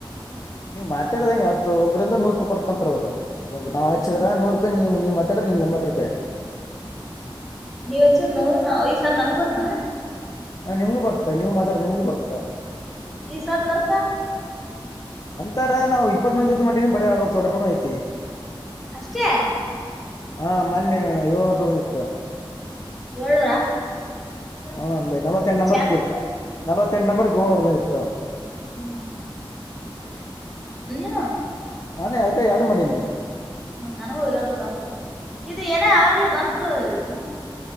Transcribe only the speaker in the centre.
ಹ್ಮ್ ಹ್ಮ್
ನೀವ್ ಹಚ್ಚಿದರ ನೂರ್ ನಾವ ಐದ ಸಾರ್ ನನ್ಗ ಬರ್ತಾನ
ಈ ಸದ್ ಬರ್ತ
ಅಷ್ಟೇ
ಏಳನೂರ
ಚಾನ್ಸ್
ಹ್ಮ್ ಹ್ಮ್ ಹ
ಹ್ಮ ನನಗೂ ಹೇಳ್ಕೊಡಪ್ಪ ಇದು ಏನ ಅವಾಗ್ಲೇ ಬಂತು ಏನ